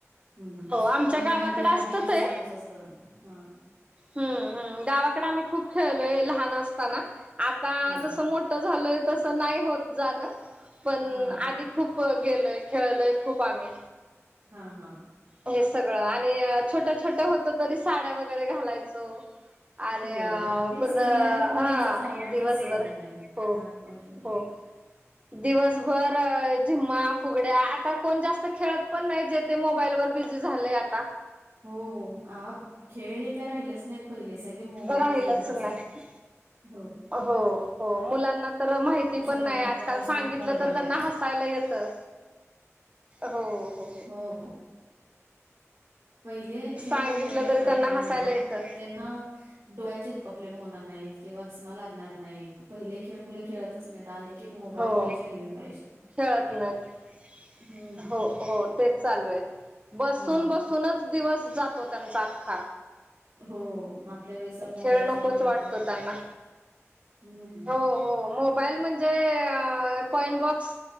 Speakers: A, on the right; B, on the right.
A: हम्म
B: हो आमच्या
A: पण हे
B: गावाकडे
A: आधी
B: असतं
A: आठ दिवस
B: ते
A: चालूच असतं हा.
B: हम्म हम्म गावाकडे आम्ही खूप खेळलोय लहान असताना आता
A: हा
B: जसं मोठ ठं झालोय तसं नाही होत जान पण
A: हा.
B: आधी खूप गगेलोय खेळलोय खूप आम्ही.
A: हा हा.
B: हे सगळं आणि अ छोट्या-छोट्या होतं तरी साड्या वगैरे घालायचो. आले
A: हो
B: अ
A: ते
B: पूर्ण
A: स्त्रिया
B: हा
A: आणि मुलींचाच आवडताच
B: दिवसभर
A: सण आहे म्हणजे
B: हो
A: नागपंचमी
B: हो. दिवसभर जिम्मा फुगड्या आता कोण जास्त खेळत पण नाही. जे ते मोबाईल वर बिझी झालंय आता.
A: हो हा खेळ हे काय राहिलेच नाही. पहिले सगळे मोबाईलच
B: राहिलंच
A: घेऊन बसतात
B: नाही
A: हो.
B: हो हो मुलांना तर माहिती पण
A: मुलांना
B: नाही आजकाल
A: नुसते
B: सांगितलं
A: मोबाईल
B: तर त्यांना
A: लागतात
B: हसायला येतं. हो हो.
A: हो. पहिले खेळ
B: सांगितलं
A: खेळाले
B: तरी
A: ना
B: त्यांना
A: आता
B: हसायला
A: मुलं
B: येतं
A: त्यांना डोळ्यांचे प्रॉब्लेम होणार नाही किंवा चष्मा लागणार नाही पहिले खेळ मुलं खेळतच नाही तर आले की मोबाईल
B: हो
A: पाहिजे किंवा टीव्ही पाहिजे
B: खेळत नाहीत
A: हम्म.
B: हो हो तेच चालू आहे बसून
A: हा
B: बसूनच दिवस जातो त्यांचा अख्खा.
A: हो आपल्या वेळेस मोबाईल
B: खेळ नकोच
A: सोर नव्हतं
B: वाटतो त्यांना
A: हम्म हम्म.
B: हो हो मोबाईल मन जे अ कॉइन बॉक्स